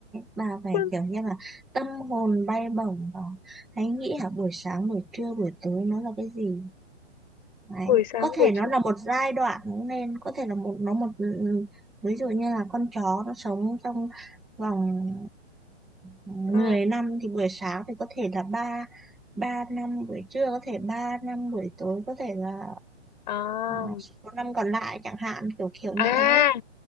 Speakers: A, in the centre; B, on the left (about 40°).
A: bà phải
B: <laughs>
A: kiểu như là tâm hồn bay bổng và hãy nghĩ hả buổi sáng, buổi trưa, buổi tối nó là cái gì đấy.
B: buổi sáng
A: Có thể
B: buổi
A: nó
B: trưa
A: là một giai đoạn cũng nên có thể là một nó một ví dụ như là con chó nó sống trong vòng mười
B: ừ.
A: năm thì buổi sáng thì có thể là ba ba năm buổi trưa có thể ba năm buổi tối có thể là
B: à,
A: à, số năm còn lại chẳng hạn kiểu kiểu
B: à
A: như thế.